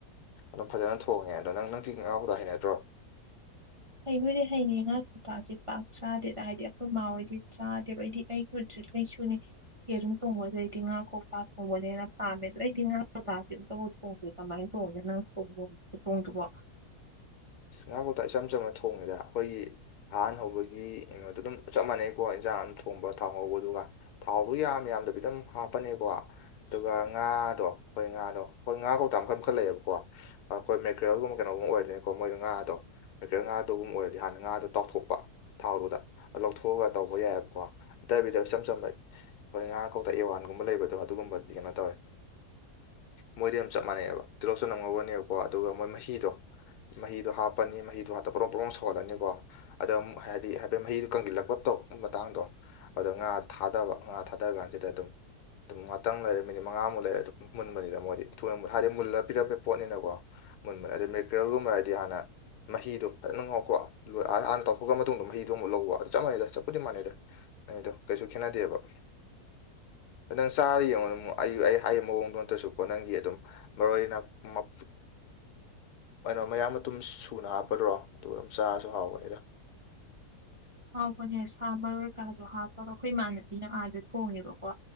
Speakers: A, on the left; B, on the right.
A: ꯑꯗꯨꯝ ꯐꯖꯅ ꯊꯣꯡꯉꯦ ꯑꯗꯣ ꯅꯪ ꯅꯪꯗꯤꯤ ꯉꯥꯎꯕꯗ ꯍꯥꯏꯅꯗ꯭ꯔꯣ
B: ꯑꯩꯕꯨꯗꯤ ꯍꯩꯅꯦ ꯉꯥꯛ ꯀꯀꯁꯤꯦ ꯄꯥꯛ ꯆꯥꯗꯦꯗ ꯍꯥꯏꯗꯤ ꯑꯩꯈꯣꯏ ꯃꯥꯃꯥ ꯍꯣꯏꯗꯤ ꯆꯥꯗꯦꯕ ꯑꯩꯗꯤ ꯑꯩ ꯈꯨ ꯑꯩꯁꯨꯅꯦ ꯌꯦ ꯑꯗꯨꯨꯝ ꯊꯣꯡꯕ ꯑꯗꯨ ꯑꯩꯗꯤ ꯉꯥ ꯈꯧꯇꯥ ꯊꯣꯡꯕꯅꯦꯅ ꯄꯥꯝꯃꯦ ꯑꯗꯣ ꯑꯩꯗꯤ ꯉꯥ ꯀꯧꯇꯥꯁꯤ ꯊꯣꯡꯗꯦ ꯀꯃꯥꯏꯅ ꯇꯧꯒꯦꯅꯪ ꯊ ꯈꯨꯊꯣꯡꯗꯨꯕ
A: ꯉꯥꯀꯧꯇ ꯏꯆꯝ ꯆꯝꯅ ꯊꯣꯡꯉꯦꯗ ꯑꯩꯈꯣꯏꯒꯤ ꯑꯍꯥꯟ ꯍꯧꯕꯒꯤ ꯀꯩꯅꯣꯗꯣ ꯑꯗꯨꯝ ꯆꯞ ꯃꯥꯟꯅꯩꯀꯣ ꯏꯟꯖꯥꯡ ꯑꯗꯨ ꯊꯣꯡꯕ ꯊꯥꯎ ꯍꯧꯕꯗꯨꯒ ꯊꯥꯎꯗꯨ ꯌꯥꯝ ꯌꯥꯝꯗ ꯈꯤꯇꯪ ꯍꯥꯞꯄꯅꯦꯀꯣ ꯑꯗꯨꯒ ꯉꯥꯗꯣ ꯑꯩꯈꯣꯏ ꯉꯥꯗꯣ ꯑꯩꯈꯣꯏ ꯉꯥ ꯀꯧꯇꯥ ꯃꯈ ꯃꯈꯟꯈꯠꯂꯛꯑꯦꯕꯀꯣ ꯑꯩꯈꯣꯏ ꯃꯦꯇꯔꯤꯌꯦꯜꯒꯨꯝꯕ ꯀꯩꯅꯣꯒꯨꯝꯕ ꯑꯣꯏꯗꯣꯏꯅꯤꯀꯣ ꯃꯣꯏꯗꯣ ꯉꯥ ꯑꯗꯣ ꯍꯥꯏꯐꯦꯠ ꯉꯥꯗꯨꯒꯨꯝ ꯑꯣꯏꯔꯗꯤ ꯍꯥꯟꯅ ꯉꯥꯗꯣ ꯇꯥꯎꯊꯣꯛꯄ ꯊꯥꯎꯗꯨꯗ ꯂꯧꯊꯣꯛꯑꯒ ꯇꯧꯕ ꯌꯥꯏꯑꯕꯀꯣ ꯑꯕꯤꯗ ꯏꯆꯝ ꯆꯝꯕ ꯍꯣꯏ ꯉꯥ ꯀꯧꯇ ꯑꯦ ꯋꯥꯟꯒꯨꯝꯕ ꯂꯩꯕꯗꯣ ꯑꯗꯨꯒꯨꯝꯕꯗꯤ ꯀꯩꯅꯣ ꯇꯧꯋꯦ ꯃꯣꯏꯗꯤ ꯑꯗꯨꯝ ꯆꯞ ꯃꯥꯟꯅꯩꯑꯕ ꯇꯤꯂꯧ ꯆꯅꯝ ꯉꯧꯔꯅꯦꯕꯀꯣ ꯑꯗꯨꯒ ꯃꯣꯏ ꯃꯍꯤꯗꯣ ꯃꯍꯤꯗꯣ ꯍꯥꯞꯄꯅꯤ ꯃꯍꯤꯗꯣ ꯍꯥꯞꯇ ꯍꯇ ꯕ꯭ꯔꯣꯡ ꯕ꯭ꯔꯣꯡ ꯁꯧꯍꯜꯂꯅꯤꯀꯣ ꯑꯗ ꯑꯃꯨꯛ ꯍꯥꯏꯗꯤ ꯍꯥꯏꯐꯦꯠ ꯃꯍꯤꯗꯨꯣ ꯀꯪꯁꯤꯜꯂꯛꯄ ꯇꯧ ꯃꯇꯥꯡꯗꯣ ꯑꯗ ꯉꯥ ꯊꯥꯗꯕ ꯉꯥ ꯊꯥꯗ ꯀꯥꯟꯁꯤꯗ ꯑꯗꯨꯝ ꯑꯗꯨꯝ ꯉꯥꯛꯇꯪ ꯂꯩꯔꯦ ꯃꯤꯅꯤꯠ ꯃꯉꯥꯃꯨꯛ ꯂꯩꯔꯦ ꯑꯗꯨꯝ ꯃꯨꯟꯕꯅꯤꯅ ꯃꯣꯏꯗꯤ ꯊꯨ ꯍꯥꯏꯗꯤ ꯃꯨꯟꯂ ꯄꯤꯔꯛꯄ ꯄꯣꯠꯅꯤꯅꯀꯣ ꯃꯨꯟꯕꯅꯦ ꯑꯗ ꯃꯦꯀꯔꯤꯜꯒꯨꯝꯕ ꯍꯥꯏꯗꯤ ꯗꯤ ꯍꯅ ꯃꯍꯤꯗꯣ ꯐꯖꯅ ꯉꯥꯎꯀꯣ ꯍꯥꯟꯅ ꯇꯥꯎꯊꯣꯛꯈ꯭ꯔ ꯃꯇꯨꯡꯗꯣ ꯃꯍꯤꯗꯣ ꯑꯃꯨꯛ ꯂꯧꯕ ꯑꯗꯨꯗ ꯆꯞ ꯃꯥꯟꯅꯩꯗ ꯆꯠꯄꯨꯗꯤ ꯃꯥꯟꯅꯩꯗ ꯑꯩꯗꯣ ꯀꯩꯁꯨ ꯈꯦꯠꯅꯗꯦꯕ ꯅꯪ ꯆꯥꯔ ꯌꯦꯡꯉꯣ ꯑꯩ ꯑꯩ ꯍꯥꯏ ꯃꯑꯣꯡꯗꯣ ꯑꯝꯇꯁꯨꯀꯣ ꯅꯪꯒꯤ ꯑꯗꯨꯝ ꯃꯔꯣꯏ ꯅ <unintelligible> ꯃꯣꯏꯅ ꯃꯌꯥꯝꯃ ꯑꯗꯨꯝ ꯁꯨꯅ ꯍꯥꯞꯄꯗꯣ ꯑꯗꯨꯒ ꯆꯥꯔꯁꯨ ꯍꯥꯎꯕꯅꯤꯗ
B: ꯍꯥꯎꯕꯅꯦ ꯁꯥ ꯃꯔꯣꯏ ꯀꯥꯗꯣ ꯍꯥꯞꯄꯒ ꯑꯩꯈꯣꯏ ꯏꯃꯥꯟꯅꯕꯤꯅ ꯑꯥꯗ ꯊꯣꯡꯉꯦꯕꯀꯣ